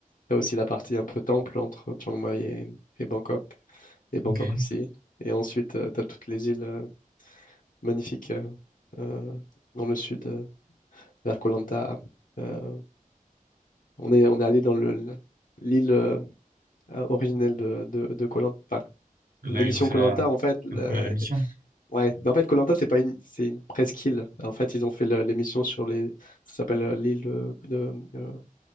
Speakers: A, on the left; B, on the right.
A: t'as aussi la partie un peu temple entre Chiang Mai et, et Bangkok, et Bangkok
B: ok.
A: aussi. Et ensuite, euh, t'as toutes les îles. euh, magnifique euh, euh, dans le sud, euh, vers koh Lanta. Euh, on est, on est allé dans le, le- l'île euh, euh, originelle de, de, de koh Lanta. Enfin,
B: Là,
A: l'émission
B: ils ont fait
A: koh
B: la,
A: Lanta, en fait, le-
B: la première émission.
A: ouais, Mais en fait, koh Lanta, c'est pas une, c'est une presqu'île. En fait, ils ont fait le- l'émission sur les, ça s'appelle euh, l'île de, de, euh,